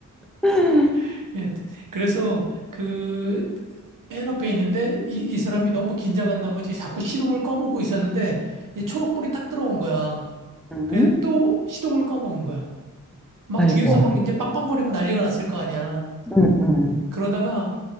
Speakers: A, in the centre; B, on the right.
A: <laughs>
B: <laughs> 예. 그래서 그 맨 앞에 있는데 이, 이 사람이 너무 긴장한 나머지 자꾸 시동을 꺼먹고 있었는데 이 초록불이 딱 들어온 거야.
A: 음,
B: 그래서 또 시동을 꺼먹은 거야. 막
A: 아이고.
B: 뒤에서 막 이제 빵빵거리고 난리가 났을 거 아니야.
A: 음, 음.
B: 그러다가